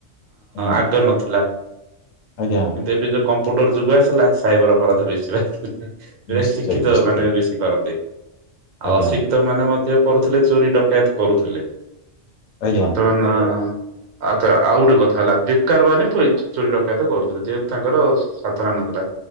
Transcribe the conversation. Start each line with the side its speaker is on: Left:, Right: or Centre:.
Left: ଆଜ୍ଞା
Right: ଆଗେ ନଥିଲା।
Left: ଆଜ୍ଞା
Right: କିନ୍ତୁ ଏବେ ଯୋଉ କ କମ୍ପୁଟର ଯୁଗ ଆସିଲା ସାଇବର ଅପରାଧ ବେଶୀ ହେଲା। ଯେଉଟା
Left: ନିଶ୍ଚୟ
Right: ଶିକ୍ଷିତ
Left: ନିଶ୍ଚୟ
Right: ମାନେ ବେଶୀ କରନ୍ତି। ଆଉ
Left: ଆଜ୍ଞା।
Right: ଅଶିକ୍ଷିତ ମାନେ ମଧ୍ୟ। କରୁଥିଲେ। ଚୋରି ଡକାୟତ କରୁଥିଲେ‌।
Left: ଆଜ୍ଞା
Right: ବର୍ତ୍ତମାନ ଆଉଥରେ ଆଉ ଗୋଟେ କଥା ହେଲା ବେକାର ମାନେ ଚୋରି ଡ଼ ତ କରୁଥିଲେ ଯେହେତୁ ତାଙ୍କର ସାଧନା ନଥିଲା।